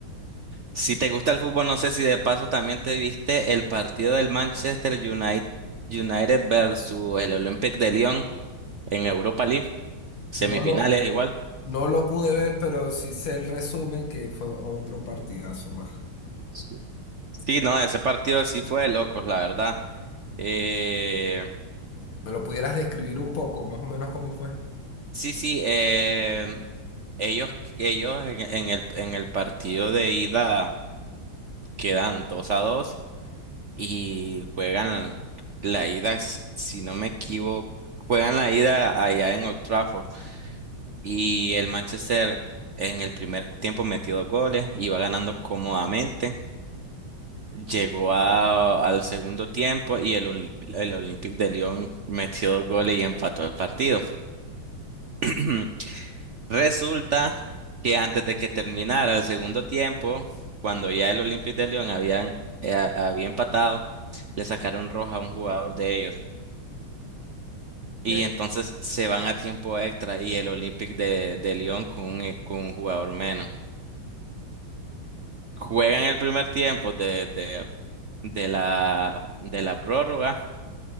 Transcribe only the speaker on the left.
No lo,
no lo pude ver, pero sí sé el resumen que fue otro partidazo más.
¿Me lo pudieras describir un poco, más o menos cómo fue?
Y ahí,